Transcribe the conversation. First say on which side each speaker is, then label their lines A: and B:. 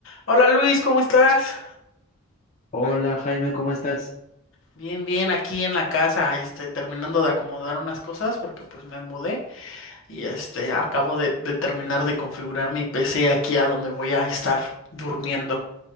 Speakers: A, on the left (about 65°); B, on the left (about 35°).
A: Hola Luis, ¿cómo estás?
B: Hola Jaime, ¿cómo estás?
A: Bien, bien, aquí en la casa, este, terminando de acomodar unas cosas porque pues me mudé y este, acabo de, de terminar de configurar mi PC aquí a donde voy a estar durmiendo.